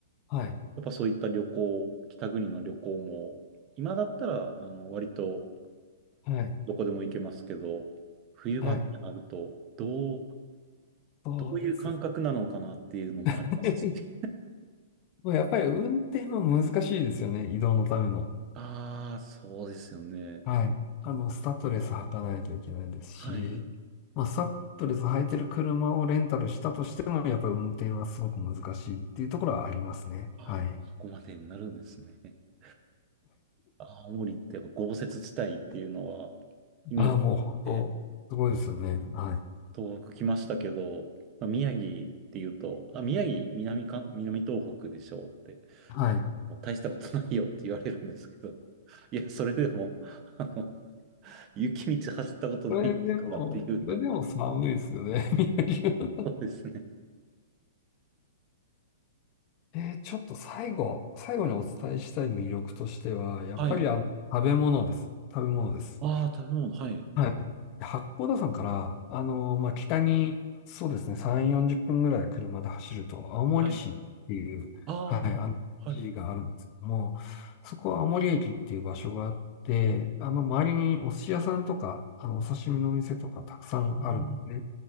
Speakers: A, on the left; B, on the right.
A: はい。
B: やっぱそういった旅行、北国の旅行も、今だったら、あの、割と
A: はい。
B: どこでも行けますけど、冬場ってなると、
A: はい。
B: どう、
A: そうですよね。
B: どういう感覚なのかなっていうのもありますし、
A: <laughs> まあやっぱり運転は難しいですよね。移動のための。
B: ああ、そうですよね。
A: はい。あの、スタッドレス履かないといけないですし、
B: はい。
A: まあ、スタッドレス履いてる車をレンタルしたとしても、やっぱり運転はすごく難しいっていうところはありますね。
B: あ、
A: はい。
B: そこまでになるんですね。<laughs> 青森ってやっぱ豪雪地帯っていうのは、イメージがあって、
A: ああ、もう本当、すごいですよね。はい。
B: 東北来ましたけど、まあ、宮城っていうと、あ、宮城、南か、南東北でしょうって、
A: はい。
B: もう大したことないよって言われるんですけど、<laughs> いや、それでも、<laughs> あの、雪道走ったことないですからっていうのが、
A: それでも、それでも寒いですよね、<laughs> 宮城は。
B: そうですね。
A: えーちょっと最後、最後にお伝えしたい魅力としては、やっぱりあの食べ物です。
B: <laughs> はい。
A: 食べ物です。
B: ああ、食べ物、はい。
A: はい。八甲田山から、あの、まあ、北に、そうですね、3、40分ぐらい車で走ると、青森市っていう、
B: はい。ああ、
A: はい、あの、
B: はい。
A: 市があるんですけども、そこは青森駅っていう場所があって、あの、周りにお寿司屋さんとか、あの、お刺身のお店とかたくさんあるんですね。
B: ああ、